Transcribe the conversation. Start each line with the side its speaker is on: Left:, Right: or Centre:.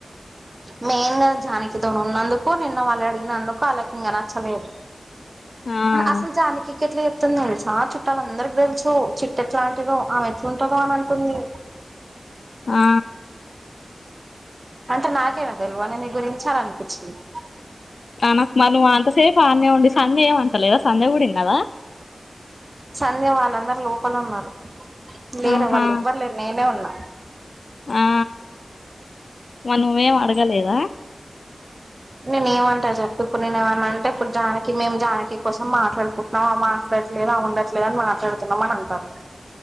Right: మెన్గా జానకితో జానకితోనునందుకు నిన్న మల్యాడ్ దినందుకు అల్లకింగా నచ్చలేదు
Left: ఆ
Right: అసలు జానకీకెట్ల చెప్ త్తును చాలా చుట్టాలందర్కి తెల్సు చిట్టేట్లటిదో అవే ఏంట్లూటదో అంటుంది
Left: ఆ
Right: అంటే నాకేనా తెల్వంది నీ గురించి అననిపించింది
Left: తనకు మను అంతసేపు ఆన్నే ఉండి సందే ఏమంటలేదా సంధ్య కూడా ఇన్నదా
Right: సంధ్యవాలందరు లోపలున్నారు లేర్
Left: ఆహా
Right: ఎవర్లేరు నీనే ఉన్నా
Left: ఆ మను నువ్వేం అడగలేదా
Right: నేను ఏమంటా చెప్ప ఇప్పుడు నేను ఏమన్నా అంటే ఇప్పుడు జానకి మేము జానకి కోసం మాట్లాడుకుంటున్నాం మా మాట్లాడట్లేవా ఉండట్లేదని మాట్లాడుతున్నామా అని అంటారు